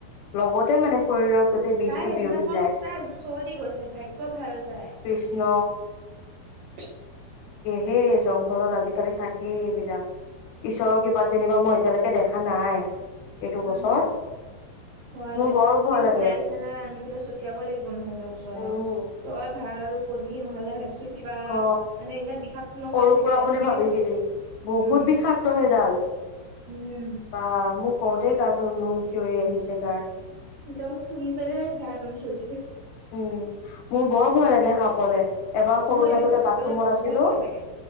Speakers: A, on the left (about 80°); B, on the right (about 75°).
A: লগতে মানে শৰীৰত গোটেই বিষটো
B: তাই সেইদিনাখন
A: বিয়পি যায়
B: তাই ওচৰতে গৈছে, ভাগ্য ভাল তাই।
A: কৃষ্ণ হে জংঘলত আজিকালি থাকেই এইবিলাক।
B: উম,
A: ঈশ্বৰৰ কৃপাত যেনিবা মই। এতিয়ালৈকে দেখা নাই। এইটো
B: উম
A: বছৰ
B: হয়
A: মোৰ বৰ ভয়
B: দে
A: লাগে
B: ফেনাইল চেনাইল আনি পেলাই ছটিয়াব লাগিব নহ'লে ওচৰত
A: উম
B: আও। তই, ভাল কলি নহ'লে ভাবিছিলো কিবা
A: অ
B: মানে ইমান বিষাক নহয়
A: সৰু
B: চাগে
A: সুৰা বুলি
B: সেনেকে
A: ভাবিছিলি
B: ভাবিছিলো।
A: বহুত
B: উম
A: বিষাক্ত সেইডাল
B: উম
A: বা মোক কওঁতেই গাটোৰ নোম থিয়ৰি আহিছে গাৰ।
B: তেতিয়া মোক শুনি পেলাইহে গা নোম হিঞৰিছে।
A: উম মোৰ বৰ ভয় লাগে সাপলে। এবাৰ সৰু
B: মোৰ এনেও
A: থাকোতে
B: সাপলে
A: বাথৰুমত
B: বহুত
A: আছিলো,
B: ভয় লাগে